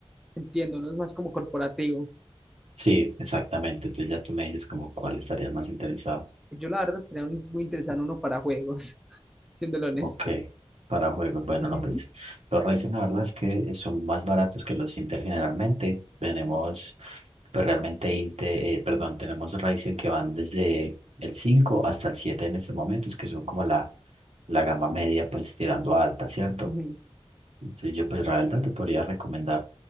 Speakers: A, in the centre; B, on the right.
A: Entiendo, no es más como corporativo.
B: Sí, exactamente. Entonces ya tú me dices como cuál estarías más interesado.
A: Yo la verdad estaría un- muy interesante uno para juegos, <laughs> siéndolo honesto.
B: Ok, para juegos. Bueno,
A: Ujú,
B: no, pues los Ryzen la verdad es que son más baratos que los Intel generalmente. Tenemos, pues realmente Inte- eh, perdón, tenemos Ryzen que van desde el 5 hasta el 7 en estos momentos, que son como la, la gama media, pues tirando a alta, ¿cierto?
A: ujú.
B: Entonces yo pues la verdad te podría recomendar,